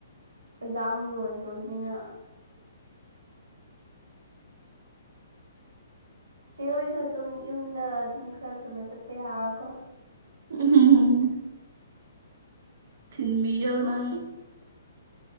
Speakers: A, on the right; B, on the right.
A: ꯑꯦꯛꯖꯥꯝ ꯂꯣꯏꯈ꯭ꯔꯕꯅꯤꯅ ꯁꯤ ꯍꯣꯏꯁꯨ ꯑꯗꯨꯝ ꯌꯨꯝꯗ ꯑꯗꯨꯝ ꯈꯔ ꯊꯨꯅ ꯆꯠꯄ ꯌꯥꯔꯣꯀꯣ
B: ꯎꯝꯝ ꯎꯝ ꯊꯤꯟꯃꯤꯎꯅ